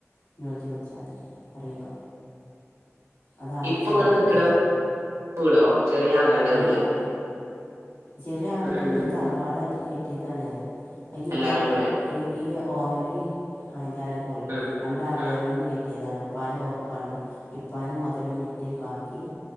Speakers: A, on the left; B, on the right.
A: ഇന്നോട് ചോയ്ചാതെ അറിയോ അതാരാ
B: ഇപ്പൊ
A: സമ്മയ്ക്യാ
B: ഇങ്ങള് നിക്കണ വീടോ ചെറിയ ആങ്ങളന്റെ വീട്
A: ആഹ് ചെറ്യേ ആങ്ങൾന്റല്ലത്
B: ഉം ഉം.
A: ഇത് തറവാടായിട്ട് കേറ്റ്യെതാണ് അയ്ഞ്ഞ്പ്പോ
B: എല്ലാരും കൂടെ
A: ഈ ഈ ഓഹരി അല്ലാരും പോയ്
B: ഉം
A: രണ്ടാങ്ങളാരോടും
B: ഉം ഉം
A: അതാണ് ഉപ്പാന്റെ ഓ പണ്ട് ഇപ്പാന്റെ മൊതലും വിറ്റ് ബാക്കി